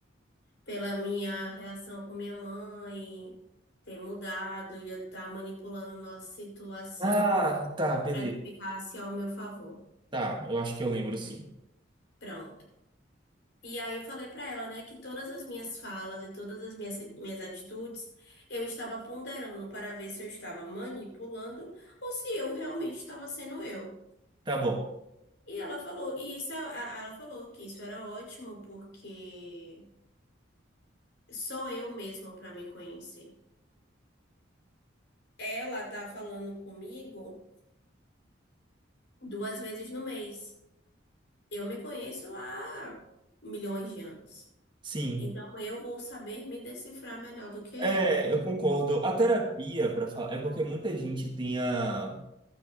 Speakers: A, on the left; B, on the right.
A: pela minha reação com minha mãe ter mudado e eu estar manipulando nossa situação
B: Ah, tá, beleza.
A: para que ficasse ao meu favor.
B: Tá, eu acho que eu lembro sim.
A: Pronto. E aí eu falei pra ela, né, que todas as minhas falas e todas as minhas, minhas atitudes eu estava ponderando para ver se eu estava manipulando ou se eu realmente estava sendo eu.
B: Tá bom.
A: E ela falou, e isso é, a- ela falou que isso era ótimo porque sou eu mesma para me conhecer. Ela tá falando comigo duas vezes no mês. Eu me conheço há milhões de anos.
B: Sim.
A: Então eu vou saber me decifrar melhor do que ela.
B: É, eu concordo. A terapia, para falar, é porque muita gente tem a